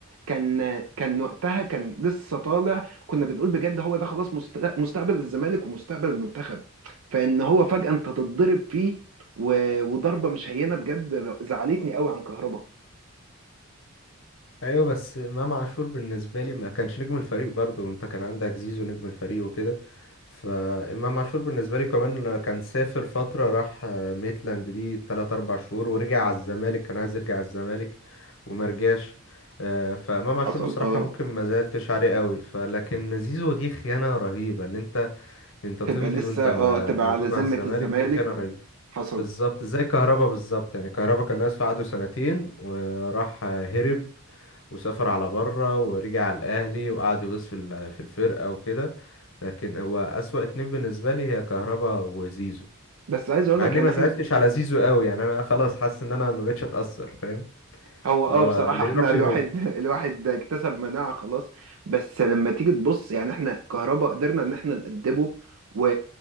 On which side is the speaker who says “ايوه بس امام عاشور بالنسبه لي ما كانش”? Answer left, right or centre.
Left